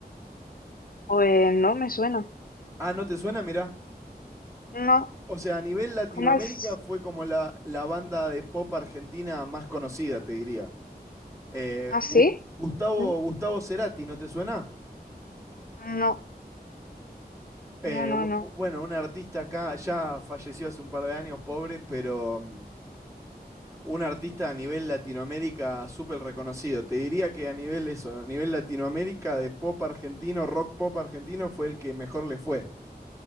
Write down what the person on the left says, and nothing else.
pues no me suena.
No,
¿cómo es?
¿Ah,
sí?
¿Mm?
No,
no, no,
no.